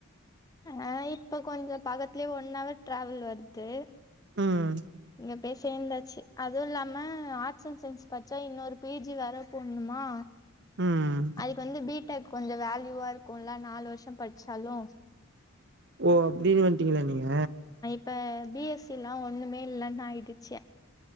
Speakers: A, on the left (about 15°); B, on the right (about 50°).
A: அனால இப்ப கொஞ்சோ பக்கத்லே ஒன்னவர் ட்ராவல் வர்து
B: ம்
A: இங்க பேய் சேந்தாச்சு அதூ இல்லாம ஆர்ட்ஸ் அண்ட் சய்ன்ஸ் பட்ச்சா இன்னொரு பி ஜி வேற போட்ணுமா
B: ம்
A: அதுக்கு வந்து பி டெக் கொஞ்சோ வேல்யூவா இருக்குல நாலு வர்ஷோ பட்ச்சாலு
B: ஓ அப்டினு வன்ட்டீங்குளா நீங்க
A: இப்ப பி எஸ் சி லா ஒன்னுமே இல்லன் ஆய்டுச்சே